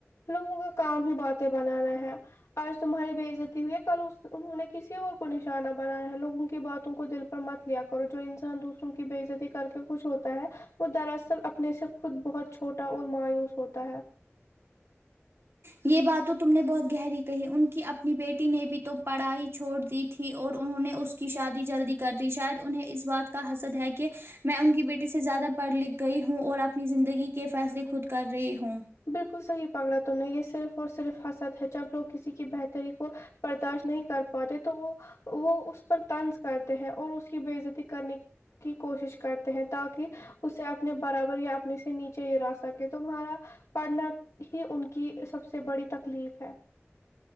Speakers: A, on the left; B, on the right.
A: لوگوں کا کام ہی باتیں بنانا ہے آج تمہاری بے عزتی ہوئی ہے کل انہوں نے کسی اور کو نشانہ بنایا ہے لوگوں کی باتوں کو دل مت لیا کرو جو انسان دوسروں کی بےعزتی کر کے خوش ہوتا ہے وہ دراصل اپنے سے خود بہت چھوٹا اور مایوس ہوتا ہے
B: یہ بات تو تم نے بہت گہری کہی ان کی اپنی بیٹی نے بھی تو پڑھائی چھوڑ دی تھی اور انہوں نے اس کی شادی جلدی کر دی شاید انہیں اس بات کا حسد ہے کہ میں ان کی بیٹی سے زیادہ پڑھ لکھ گئی ہوں اور اپنی زندگی کے فیصلے خود کر رہی ہوں
A: بالکل صحیح پکڑا تمنے یہ صرف اور صرف حسد ہے جب لوگ کسی کی بہتری کو برداشت نہیں کر پاتے تو وہ وہ اس پر طنز کرتے ہیں اور اس کی بے عزتی کرنے کی کوشش کرتے ہیں تاکہ اس سے اپنے برابر یا اپنے سے نیچے گرا سکے تمہارا پڑھنا ہی ان کی سب سے بڑی تکلیف ہے